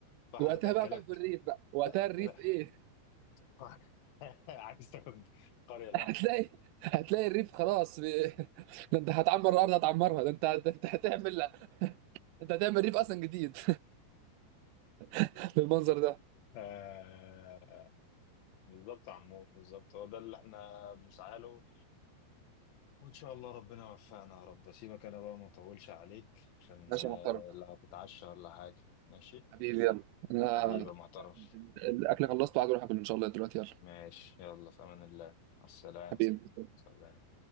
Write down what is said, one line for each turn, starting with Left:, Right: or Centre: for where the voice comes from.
Left: واحده
Right: وقتها
Left: تاكلك
Right: بقى تقف في الريف بقى وقتها
Left: تاكلك
Right: الريف ايه
Left: <laughs> <laughs> عايز تاخد قرية لوحدك
Right: <laughs> هتلاقي هتلاقي الريف خلاص ب... <laughs> ده انت هتعمر الارض هتعمرها ده انت ده انت هتعمل انت هتعمل ريف اصلا جديد <laughs> بالمنظر ده
Left: آه بالظبط يا عمور بالظبط هو ده اللي احنا بنسعى له وان شاء الله ربنا يوفقنا يا رب سيبك انا بقى ما اطولش عليك عشان
Right: ماشي
Left: آه،
Right: يا محترم
Left: لا هتتعشى ولا حاجة ماشي
Right: حبيبي يلا
Left: حبيبي
Right: انا
Left: يا محترم
Right: الاكل خلصته وعايز اروح اكل ان شاء الله دلوقتي يلا
Left: ماشي يلا في امان الله مع السلامة
Right: حبيبي
Left: سلام